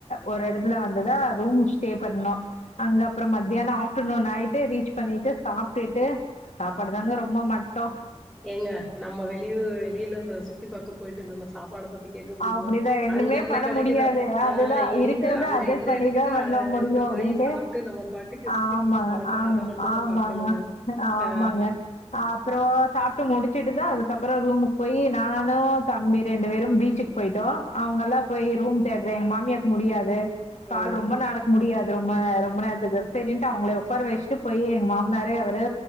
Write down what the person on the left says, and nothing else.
ஒரு எடத்துல வந்து தா ரூம் ஸ்டே பண்ணோ அங்க அப்புறோ மத்தியானோ ஆஃப்டர்நூன் நைட்டு ரீச் பண்ணிட்டு சாப்ட்டுட்டு சாப்பாடுதாங்க ரொம்ப மட்டோ
அப்டிதா ஒண்ணுமே
பண்ண
முடியாது
அதுதா
இருக்கிறத
அட்ஜஸ்ட்
பண்ணிதா
பண்ண
முடியு
அப்படின்ட்டு
ஆமாங்க
அ
ஆமாங்க
ஆமாங்க
அப்புறோ சாப் க்கு முடிச்சுட்டு தா அதுக்கப்புறோ ரூமுக்கு போய் நானு தம்பி ரெண்டு பேரு பீச்சுக்கு போயிட்டோ அவுங்கெல்லா போய் ரூம் தேடுற எங்க மாமியாவுக்கு முடியாது பால்
ரொம்ப நா ட்டி அது ரொம்ம ரொம்ம நேரத்துக்கு செரின்ட்டு அவுங்கள உட்கார வச்சுட்டு போய் எங்க மாமனாரே அவுரு